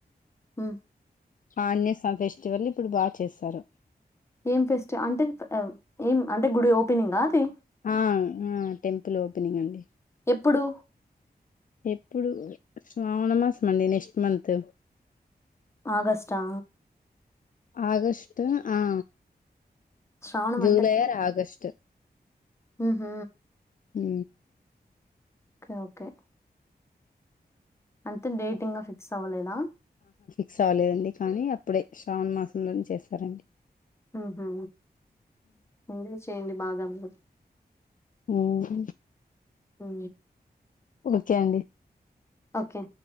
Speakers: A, on the left (about 15°); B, on the left (about 55°).
A: హ్
B: ఆంజనేయ స్వామి ఫెస్టివల్ ఇప్పుడు బాగాచేస్తారు.
A: ఏం ఫెస్ట్ అంటే అ ఏం అంటే గుడి ఓపెనింగా అది.
B: ఆ ఆ టెంపుల్ ఓపెనింగ్ అండి.
A: ఎప్పుడు?
B: ఎప్పుడు శ్రావణ మాసం అండి నెక్స్ట్ మంత్.
A: ఆగస్టా
B: ఆగస్ట్ ఆ
A: శ్రావణం
B: జూలై ఆర్ ఆగస్ట్.
A: ఉహ్
B: హ్
A: ఓకే ఓకే అంతే డేట్ ఇంగా ఫిక్స్ అవ్వలేదా.
B: క్స్అవ్వలేదండి కానీ అప్పుడే శ్రావణ మాసంలోనే చేస్తారండి.
A: ఆహా ఎంజాయ్ చేయ్యండి బాగా మీరు.
B: హుహ్
A: హ్
B: ఓకే అండి.
A: ఓకే